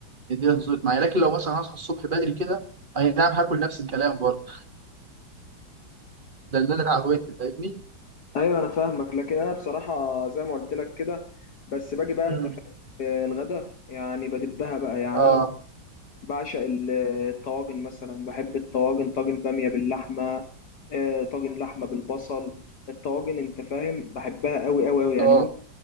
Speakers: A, on the right (about 30°); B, on the left (about 55°).
A: الدنيا تظبط معايا لكن لو مثلا هصحى الصبح بدري كده اي نعم هاكل نفس الكلام برضه ده اللي انا اتعودت فاهمني
B: ايوه انا فاهمك لكن انا بصراحه زي ما قلت لك كده بس باجي بقى
A: مم.
B: انت في الغدا يعني بدبها بقى يعني
A: اه
B: انا بعشق ال- الطواجن مثلا بحب الطواجن طاجن بامية باللحمة آه، طاجن لحمة بالبصل الطواجن انت فاهم بحبها قوي قوي قوي يعني
A: اه
B: ممكن